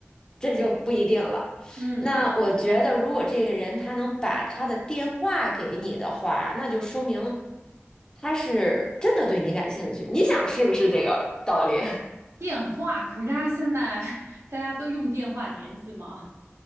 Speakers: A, on the left; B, on the right.
A: 这就不一定了。
B: 嗯嗯
A: 那我觉得，如果这个人他能把他的电话给你的话，那就说明他是真的对你感兴趣。你想是不是这个道理？
B: 电话，可是大家现在 <laughs> 大家都用电话联系吗？